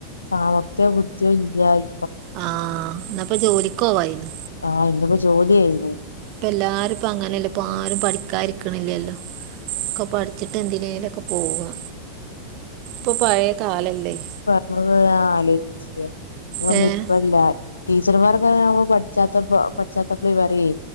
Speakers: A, on the left; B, on the right.
A: സാമർത്ഥ്യം കദ്ധിയില്ലായ്.
B: ആഹ് ന്നപ്പന്നാ പ്പം ജോലിക്കേവായീന്ന്.
A: ആഹ് ന്നിപ്പോ ജോലി ആയ്ന്ന്.
B: പ്പെ എല്ലാരുപ്പങ്ങനെല്ലെ പ്പാരും പഠിക്കായിരിക്ക്ണില്ലല്ലോ. ഒക്ക പഠി വച്ചിട്ടെന്തിനേലൊക്കെ പോവാ പ്പൊ പഴെ കാലല്ലെയ്.
A: ന്ന് ഞാനാലോചയിച്ച്ക്കാ
B: ഏഹ്
A: ന്ന്പ്പെല്ലാ ടീച്ചർമാര് ന്ന് ഞമ്മൾപഠിച്ചാത്തപ്പേ പഠിച്ചാത്തപ്ളേ പറയേ,